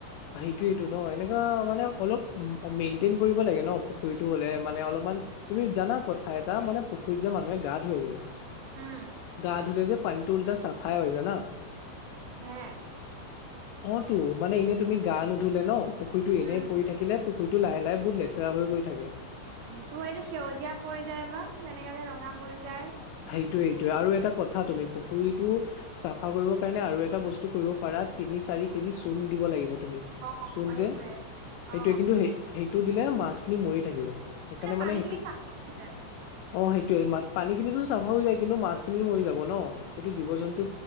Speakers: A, on the left; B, on the right.
A: সেইটোয়েইটো ন এনেকা মানে অলপ মেইনটেইন কৰিব লাগে ন পুখুৰীতটো হ'লে মানে অলপ মান তুমি জানা কথা এটা মানে পুখুৰীত যে মানুহে গা ধুৱে যে মান
B: উম
A: গা ধুলে যে পানীটো উল্টা চাফাই হৈ জানা
B: হে
A: অ টো মানে এনে তুমি গা নুধুলে ন পুখুৰতটো এনেই
B: উম
A: পৰি থাকিলে পুখুৰীতো লাহে লাহে বহুত লেতেৰা হৈ গৈ থাকে
B: সেইটো হয় যে সেউজীয়া পৰি যায় বা তেনেকা যে ৰঙা পৰি যায়
A: সেইটোৱে, আৰু এটা কথা তুমি পুখুৰীতো চাফা কৰিব কাৰণে আৰু এটা বস্তু কৰিব পাৰা তিনি চা চাৰি কেজি চোন দিব লাগিব তুমি
B: অ
A: চোন
B: সেইটোৱে
A: যে সেইটোৱে
B: অ
A: কিন্তু সেই দিলে মাছ খিনি মৰি থাকিব সেইকাৰণে মানে
B: পানী
A: সেইটো
B: খিনি চাফা হৈ যায়
A: অ সে টোৱে পানী খিনিটো চফা হৈ যায় কিন্তু মাছ খিনি মৰি যাব ন সেইটো জীৱ জন্তু